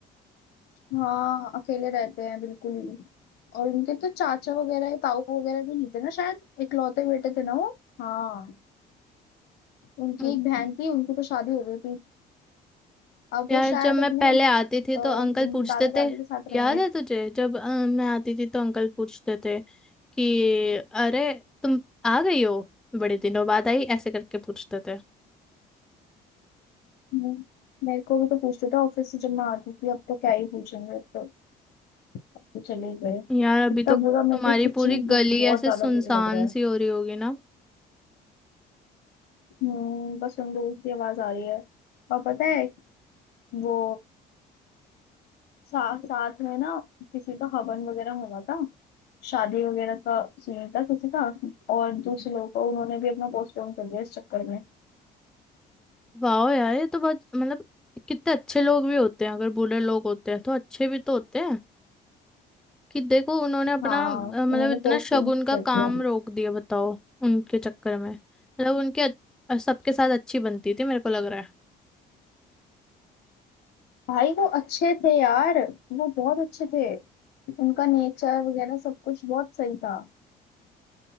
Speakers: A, on the left (about 70°); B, in the centre.
A: हाँ अकेले रहते हैं बिल्कुल ही और उनके तो चाचा वगैरह या ताऊ वगैरह भी नहीं थे ना शायद इकलौते बेटे थे ना वो हाँ उनकी
B: हम्म,
A: एक बहन थी उनकी तो शादी हो गई थी अब
B: यार
A: वो शायद
B: जब मैं
A: अपने
B: पहले
A: अ,
B: आती थी तो
A: उनके
B: अंकल पूछते
A: दादा दादी
B: थे
A: के साथ रहेंगे
B: याद है तुझे जब अ, मैं आती थी तो अंकल पूछते थे कि अरे तुम आ गई हो बड़े दिनों बाद आई ऐसे करके पूछते थे
A: हम्म, मेरे को भी तो पूछते थे ऑफिस से जब मैं आती थी अब तो क्या ही पूछेंगे अब तो वो चले ही गए
B: यार अभी
A: इतना
B: तो तुम्हारी
A: बुरा मेरे को
B: पूरी
A: सच्ची में
B: गली
A: बहुत
B: ऐसे
A: ज्यादा
B: सुनसान
A: बुरा लग रहा है
B: सी हो रही होगी ना
A: हम्म बस उन लोगों की आवाज आ रही है और पता है वो सा, साथ में ना किसी का हवन वगैरह होना था शादी वगैरह का सीन था किसी का और दूसरे लोगों का उन्होंने भी अपना पोस्टपोन कर दिया इस चक्कर में
B: वाह यार ये तो बहुत मतलब कितने अच्छे लोग भी होते हैं अगर बुरे लोग होते हैं तो अच्छे भी तो होते हैं कि देखो उन्होंने अपना
A: हाँ
B: अ, मतलब
A: उन्होंने
B: इतना
A: पोस्टपोन
B: शगुन का
A: कर दिया
B: काम रोक दिया बताओ उनके चक्कर में मतलब उनके अच- अ, सबके साथ अच्छी बनती थी मेरे को लग रहा है
A: भाई वो अच्छे थे यार वो बहुत अच्छे थे उनका नेचर वगैरह सब कुछ बहुत सही था